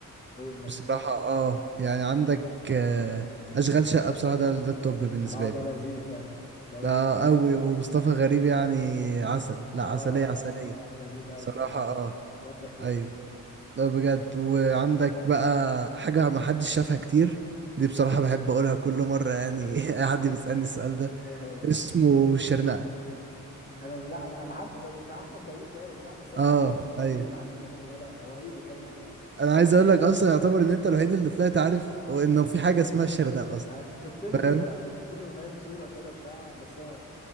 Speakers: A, on the left; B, on the right.
A: قول مثلا
B: بصراحة اه يعني عندك آه، اشغال شقة بصراحة ده ده التوب بالنسبة
A: اه
B: لي
A: ده لذيذ ده ده لذيذ
B: اه قوي ومصطفى غريب يعني عسل لا
A: اه
B: عسلية عسلية
A: اه لا لذيذ قوي
B: صراحة
A: الصراحه
B: اه
A: ودى فيه
B: ايوه لا بجد وعندك بقى حاجة ما حدش شافها كتير دي بصراحة بحب اقولها كل مرة يعني <laughs> اي حد بيسألني السؤال ده
A: ايه هو
B: اسمه الشرنقة
A: انا لا انا انا عارفه ده بتاع احمد داوود باين صح بس انا
B: اه
A: ما اعرفش اصلا بيتكلم
B: ايوه
A: عن ايه ولا هو ايه بيتكلم عن ايه اصلا
B: انا عايز اقول لك اصلا يعتبر ان انت الوحيد اللي طلعت عارف انه في حاجة اسمها الشرنقة اصلا
A: انا شفت له
B: فاهم
A: كده شفت له فاهم صوره كده بتاع بس انا